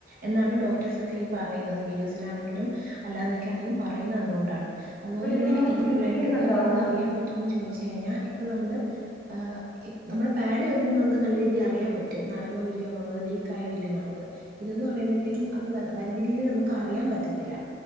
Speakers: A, on the right; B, on the left.
A: എന്നാണ് ഡോക്ടേഴ്സൊക്കെ ഈ പറയുന്നത് വീഡിയോസിലാണെങ്കിലും അല്ലാന്നൊക്കേണെങ്കിലും പറയുന്ന അതുകൊണ്ടാണ് അതുപോലെന്നെ
B: അപ്പൊ ഇതിനിങ്ങനെ
A: ഈ
B: ലീക്കേജ്
A: ബ്ലഡ് നിറയുന്നത്
B: ഉണ്ടാവോ
A: അറിയാൻ പറ്റോന്ന് ചോയിച്ചഴിഞ്ഞാൽ ഇപ്പൊ നമ്മള് ആ ഇപ് നമ്മുടെ പാഡ് വെക്കുമ്പോ നമുക്ക് നല്ല രീതിയിൽ അറിയാൻ പറ്റും നറഞ്ഞോ ഇല്ലയോ എന്നുള്ളത് ലീക്ക് ആയോ ഇല്ലയോന്നുള്ളത് ഇത് ന്ന് പറയുമ്പോഴത്തേക്കും അത് വ വലിയ രീതിയിൽ നമുക്ക് അറിയാൻ പറ്റത്തില്ല